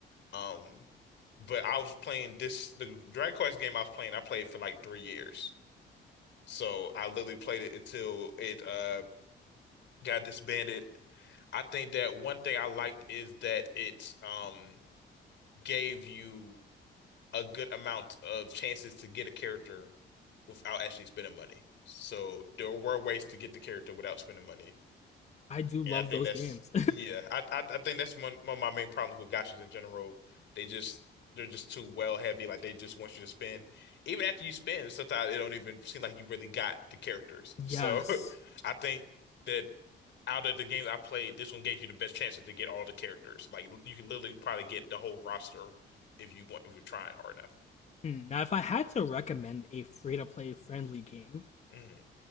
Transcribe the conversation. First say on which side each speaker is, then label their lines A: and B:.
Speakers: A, on the left (about 65°); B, on the left (about 35°).
A: Um, but I was playing this the Dragon Quest game I was playing. I played for like three years, so I literally played it until it uh got disbanded. I think that one thing I liked is that it's um gave you. a good amount of chances to get a character without actually spending money. So there were ways to get the character without spending money.
B: I do love
A: And I think
B: those
A: that's
B: games.
A: yeah, I I, I think that's one, one of my main problems with gacha's in general. They just they're just too well heavy. Like they just want you to spend. Even after you spend, sometimes it don't even seem like you really got the characters.
B: <laughs>
A: So <laughs>
B: yes.
A: I think that out of the games I played, this one gave you the best chances to get all the characters. Like you can literally probably get the whole roster if you want if you're trying hard enough.
B: Hmm, Now, if I had to recommend a free to play friendly game,
A: Mhm.